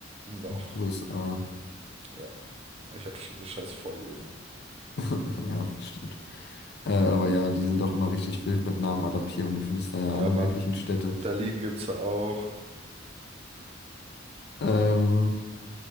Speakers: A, on the right (about 30°); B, on the left (about 60°).
A: Noch.
B: USA.
A: Ja, ich habe schon so scheiße vorgelesen.
B: <laughs> Ja, stimmt. Äh, aber ja, die sind doch immer richtig wild mit Namen adaptieren. Du findest da ja
A: Ja,
B: alle möglichen
A: Mann.
B: Städte. <laughs>
A: Berlin gibt's ja auch.
B: Ähm,